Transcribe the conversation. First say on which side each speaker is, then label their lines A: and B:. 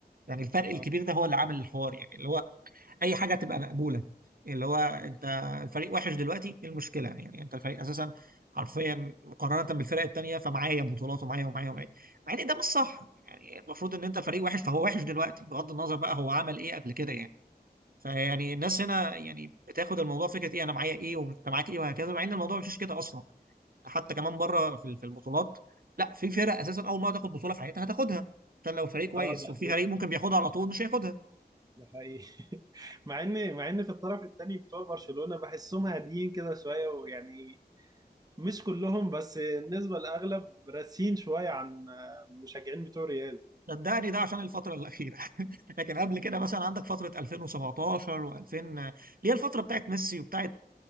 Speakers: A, on the right; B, on the right.
A: يعني الفرق الكبير
B: اه
A: ده هو اللي عامل الحوار يعني اللي هو اي حاجه تبقى مقبوله اللي هو انت الفريق وحش دلوقتي ايه المشكله يعني انت الفريق اساسا حرفيا مقارنه بالفرق التانيه فمعايا بطولات ومعايا ومعايا ومعايا مع ان ده مش صح يعني المفروض ان انت الفريق وحش فهو وحش دلوقتي بغض النظر بقى هو عمل ايه قبل كده يعني فيعني الناس هنا يعني بتاخد الموضوع فكره ايه انا معايا ايه وانت معاك ايه وهكذا مع ان الموضوع مش كده اصلا حتى كمان بره في في البطولات لا في فرق اساسا اول ما تاخد بطوله في حياتها هتاخدها عشان لو فريق كويس
B: آه، ده
A: وفي فريق ممكن بياخدها على طول مش هياخدها
B: ده حقيقي <laughs> مع ان مع ان في الطرف الثاني بتوع برشلونة بحسهم هاديين كده شوية ويعني مش كلهم بس النسبة الأغلب راسين شوية عن المشجعين بتوع ريال
A: صدقني ده عشان الفترة الأخيرة <laughs> لكن قبل كده مثلا عندك فترة 2017 و2000 اللي هي الفترة بتاعت ميسي وبتاعت